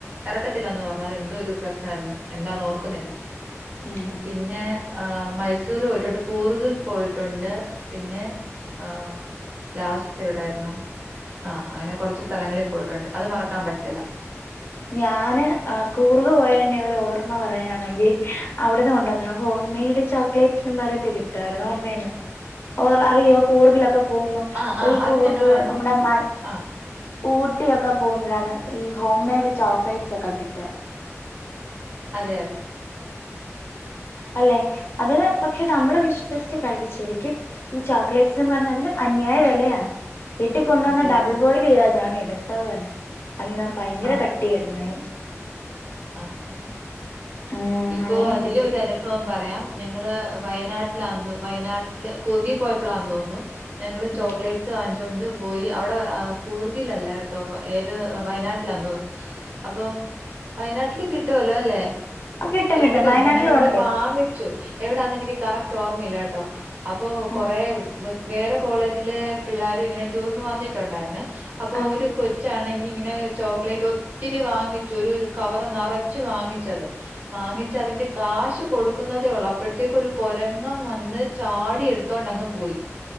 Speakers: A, on the right (about 30°); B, on the left (about 45°).
A: എറക്കത്തില്ലന്ന് പറഞ്ഞു അത് എന്തോ ഒരു പ്രശ്നാരുന്നു എന്താന്ന് ഓർക്കുന്നില്ല.
B: ഉം
A: പിന്നെ ആഹ് മൈസൂര് പോയിട്ടോണ്ട് കൂർഗ് പോയിട്ടോണ്ട് പിന്നെ ആഹ് ലാസ്റ്റെവടാരുന്നു ആഹ് അങ്ങനെകൊറച്ചു സ്ഥലങ്ങളി പോയിട്ടോണ്ട് അത് മറക്കാൻ പറ്റത്തില്ല.
B: ഞാന് ആഹ് കുർഗ് പോയെന്റെ ഓരോർമ്മ പറയനാണങ്കി അവടുന്നുകൊണ്ടുവന്ന ഹോം മെയ്ഡ് ചോ ക്ലേറ്റ്സ് എന്നു പറഞ്ഞു കിട്ടുവാരുന്നു ഓർമ്മേണ്ടോ ഓർ അറിയോ കുർഗിലൊക്കെ പോകുമ്പം
A: ആഹ്
B: ഓഹ്
A: ആഹ്
B: ഈ
A: അത്
B: കുർഗ്
A: ഞങ്ങള്
B: നമ്മടെ മ
A: ആഹ്
B: ഊട്ടിയൊക്കെ പോകുമ്പോളാണ് ഈ ഹോം മെയ്ഡ് ചോക്ലേറ്റ്സൊക്കെ കിട്ടുക.
A: അതെയതെ
B: അല്ലേ അതിനുപക്ഷെ നമ്മളു വിശ്വസിച്ചു കഴിക്കും ശെരിക്കും ഈ ചോക്ലേറ്റ്സെന്നു പറഞ്ഞതിനും അന്യായ വെലയാണ് വീട്ടിൽ കൊണ്ടുവന്നു
A: അതെ
B: ഡബിൾ
A: അതെ
B: ബോയിൽ ചെയ്താ ഞാനെടുത്തതു തന്നെ അന്ന് ഭയങ്കര
A: ആഹ്
B: കട്ടിയായിരുന്നതിന്
A: ആഹ് ആഹ്
B: ഉം
A: ഇപ്പോ
B: അങ്ങനെ
A: അതില്
B: ഇരിക്കുന്നു
A: ഒരാ നുഭവം പറയാം ഞങ്ങള് വയനാട്ടിലാന്നു വയനാട്ടില് കുർഗി പോയപ്പോളാന്നു തോന്നു ഞങ്ങള്
B: ഉം
A: ചോക്ലേറ്റ്സ് വാങ്ങി ച്ചോണ്ടു പോയി അവടെ കൂർഗിലല്ല കേട്ടോ ഏത് വയനാട്ടിലാതോന്നുന്നു അപ്പം വയനാട്ടിലും കിട്ടുവല്ലോല്ലേ
B: അപ്പൊ കിട്ടും
A: എവടെ
B: കിട്ടും വയനാട്ടിലും
A: ഞാനേവടെ
B: ഉണ്ട്
A: വാങ്ങിച്ചു എവടാന്നെനിക്ക് കറക്റ്റ് ഓർമ്മയില്ലാട്ടോ അപ്പോ കൊറെ
B: ഉം
A: വേറെ കോളേജിലെ പിള്ളാരു ഇങ്ങനെ ടൂറിനുവന്നിട്ടോണ്ടാരുന്നേ അപ്പോ
B: ആ
A: ഒരു കൊ ച്ചാണങ്കി ഇങ്ങനെ ചോക്ലേറ്റ് ഒത്തിരി വാങ്ങിച്ചു ഒരു ഒരു കവറു നെറച്ചുവാങ്ങിച്ചത് വാങ്ങിച്ചതിന്റെ
B: ഉം
A: കാശ് കൊടു ക്കുന്നതേയൊള്ളൂ അപ്പോഴ്ത്തേക്കൊരു കൊരങ്ങൻ വന്ന് ചാടി എടുത്തോണ്ടങ്ങുപോയി